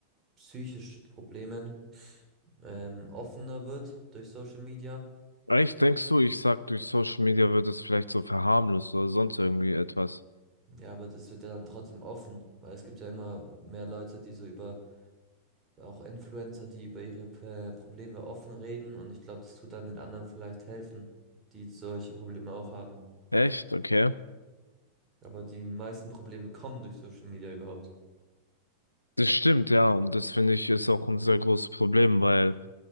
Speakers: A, on the right (about 25°); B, on the left (about 80°).
A: psychischen Problemen ähm, offener wird durch Social Media.
B: Echt, denkst du, ich sag, durch Social Media wird es vielleicht so verharmlost oder sonst irgendwie etwas?
A: Ja, aber das wird ja dann trotzdem offen, weil es gibt ja immer mehr Leute, die so über, auch Influencer, die über ihre P- Probleme offen reden. Und ich glaube, das tut dann den anderen vielleicht helfen, die solche Probleme auch haben.
B: Echt, okay.
A: Aber die meisten Probleme kommen durch Social Media überhaupt.
B: Das stimmt, ja, und das finde ich ist auch ein sehr großes Problem, weil